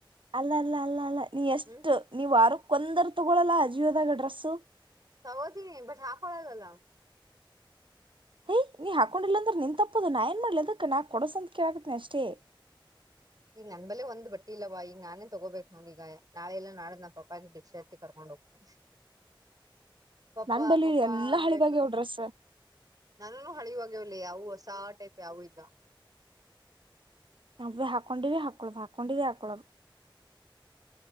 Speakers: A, on the right; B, on the right.
A: ಅಲ್ಲ ಅಲ್ಲ ಅಲ್ಲ ಅಲ್ಲ ನೀ ಎಷ್ಟು
B: ಹ್ಮ್
A: ನೀವು ವಾರ ಕೊಂದರು ತಗೊಳಲ್ಲ ಅಜಿಯೋದಾಗ ಡ್ರೆಸ್ಸು
B: ಹೌದು ನೀ ಬಟ್ ಹಾಕಳದಲ್ಲ್
A: ಹಯ್ ನೀ ಹಾಕೊಂಡಿಲ್ಲಾಂದ್ರ ನಿನ್ ತಪ್ಪೋದು ನಾ ಏನ್ ಮಾಡ್ಲಿ ಅದಕ್ಕೆ ನಾಕ್ ಕೊಡೋಸಂದ ಕವಗತ್ನಿ ಅಷ್ಟೇ
B: ಈಗ ನನ್ಬಲೆೆ ಒಂದ್ ಬಟ್ಟಿ ಇಲ್ಲವಾ ಈಗ ನಾನೇ ತಗೋಬೇಕಕ್ ನೋಡಿ ಈಗ ನಾಳೆ ಎಲ್ಲಾ ನಾಡ ನಾ ಪಪ್ಪಾಗ ಭಿಕ್ಷಾ ಹತ್ತಿ ಕರ್ಕೊಂಡ್ ಹೋಗ್ತನೆ ಪಪ್ಪ
A: ನನ್ ಬಲಿ
B: ಪಪಾ
A: ಎಲ್ಲಾ
B: ಅನ್ಬೇಕು
A: ಹಳಿವಾಗ್ಯಾವ್ ಡ್ರೆಸ್
B: ನಾನವೂನು ಹಳಿವು ಆಗೇವ್ ಅವಸಾ ಆ ಟೖಪು ಯಾವು ಇಲ್ಲ
A: ನಾವೇ ಹಾಕೊಂಡಿವವಿ ಹಾಕೊಳದು ಹಾಕೊಂಡಿವ ಹಾಕೊಳದು